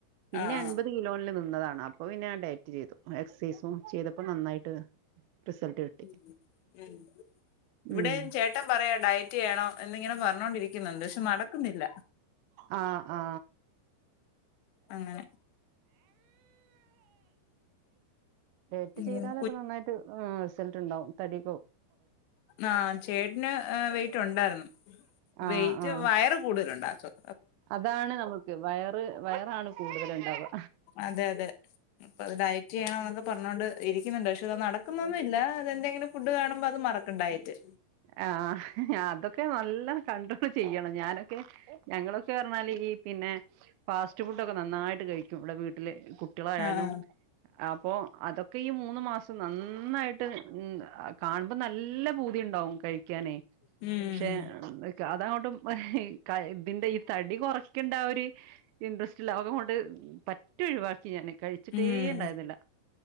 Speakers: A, on the right; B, on the left.
A: പിന്നെ
B: ആ ആ
A: എൺപത് കിലോല് നിന്നതാണ്. അപ്പൊ പിന്നെ ഡയറ്റ് ചെയ്തു. എക്സസൈസും ചെയ്തപ്പോ നന്നായിട്ട്. റിസൾട്ട് കിട്ടി
B: ഉ ഇവിടെ
A: ഉം
B: ചേട്ടൻ പറയാ ഡയറ്റ് ചെയേണോ എന്നിങ്ങനെ പറഞ്ഞുകൊണ്ടിരിക്കും. ക്കുന്നൊണ്ട് ക്ഷെ നടക്കുന്നില്ല.
A: ആ ആ
B: അങ്ങനെ
A: ഏറ്റ്
B: ഉം
A: ചെയ്താലത് നന്നായിട്ട് ആ സൾട്ടണ്ടാവും തടി
B: ആ ചേട്ടന് എ വെയിറ്റൊണ്ടാരുന്നു.
A: ആ
B: വെയിറ്റ്
A: ആ
B: വയറ് കൂടുതലുണ്ടാക്കും.
A: അതാണ് നമുക്ക് വയറ് വയറാണ് കൂടുതലൊണ്ടാവ്വ.
B: അതെ അതെ അപ്പത് ഡയറ്റ് ചെയ്യണംന്നൊക്കെ പറഞ്ഞോണ്ട് ഇരിക്കുന്നുണ്ട് ക്ഷെ അത് നടക്കുന്നൊന്നുഇല്ല, അതെന്തെങ്കിലും ഫുഡ് കാണുമ്പോ അത് മറക്കിണ്ടായിട്ട്.
A: ആ അതൊക്കെ നല്ല കണ്ട്രോൾ ചെയ്യണം ഞാനൊക്കെ ഞങ്ങളൊ ക്കറഞ്ഞാല് ഈ പിന്നെ ഫാസ്റ്റ്ഫുഡോക്കെ നന്നായിട്ട് കഴിക്കും. ക്കിവിടെ വീട്ടിലെ കുട്ടിളായാലും,
B: ആഹ്
A: അപ്പോ, അതൊക്കെ ഈ മൂന്ന് മാസം നന്നായിട്ട് കാണുമ്പ നല്ല പൂ തീണ്ടാവും കഴി ക്കാനേ,
B: ഉം
A: ക്ഷേ അതങ്ങോട്ടു ഇബന്റെ ഈ തടി കൊറക്കേണ്ട ആ ഒരു ഇൻട്രസ്റ്റില്ല അതുകൊണ്ട് പറ്റെയൊഴിവാക്കി ഞാന്. കഴിച്ചിട്ടേണ്ടായിരുന്നില്ല
B: ഉം